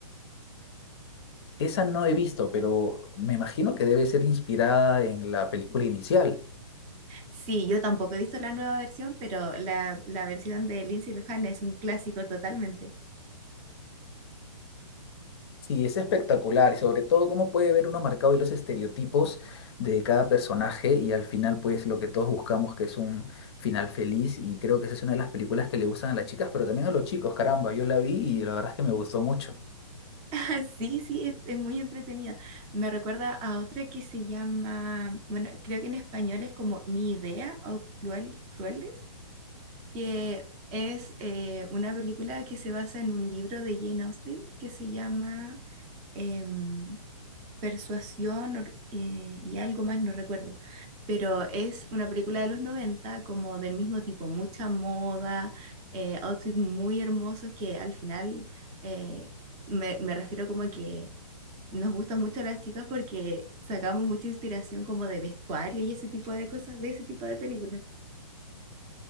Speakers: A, on the left; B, on the right.
A: Esa no he visto, pero me imagino que debe ser inspirada en la película inicial.
B: Sí, yo tampoco he visto la nueva versión, pero la, la versión de Lindsay Lohan es un clásico totalmente.
A: Sí, es espectacular, y sobre todo cómo puede ver uno marcado y los estereotipos de cada personaje y al final pues lo que todos buscamos que es un final feliz y creo que esa es una de las películas que le gustan a las chicas, pero también a los chicos, caramba, yo la vi y la verdad es que me gustó mucho.
B: <laughs> Sí, sí, es, es muy entretenida. Me recuerda a otra que se llama, bueno, creo que en español es como Ni Idea o Cruel, Crueles, que es eh, una película que se basa en un libro de Jane Austen que se llama em, Persuasión or- eh, y algo más, no recuerdo. Pero es una película de los 90 como del mismo tipo, mucha moda, eh, outfits muy hermosos que al final eh, me, me refiero como que nos gustan mucho las chicas porque sacamos mucha inspiración como de vestuario y ese tipo de cosas, de ese tipo de películas.